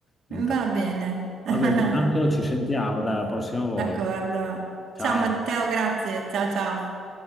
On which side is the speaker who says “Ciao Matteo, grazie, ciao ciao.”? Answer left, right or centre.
Right